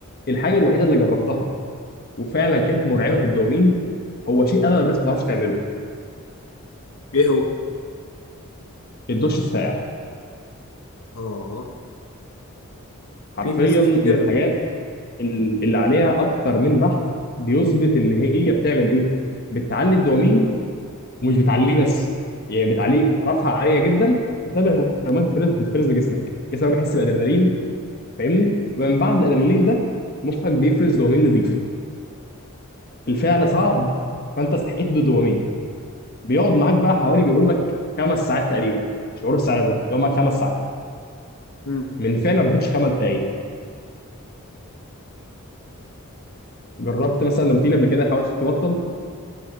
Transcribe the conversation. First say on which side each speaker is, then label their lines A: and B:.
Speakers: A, on the left (about 45°); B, on the left (about 80°).
A: الحاجه الوحيده اللي جربتها وفعلا كانت مرعبه في الدومين هو شيء اغلب الناس ما تعرفش تعمله
B: ايه هو
A: الدش الساقع
B: اه
A: حرفيا
B: في ناس
A: من
B: كتير
A: الحاجات اللي عليها اكتر من بحث بيثبت ان هي بتعمل ايه بتعلي الدومين ومش بتعليه بس يعني بتعليه رفعه عاليه جدا بسبب هرمونات الفرز بتفرز لجسمك جسمك بيحس بالادرينالين فاهمني فمن بعد الادرينالين ده مخك بيفرز دوبامين نضيف الفعل صعب فانت استحقيت بالدوبامين بيقعد معاك بقى حوالي بيقول لك خمس ساعات تقريبا شعور السعاده ده بيقعد معاك خمس ساعات
B: مم.
A: من فعل ما بياخدش خمس دقايق جربت مثلا روتين قبل كده حاولت تبطل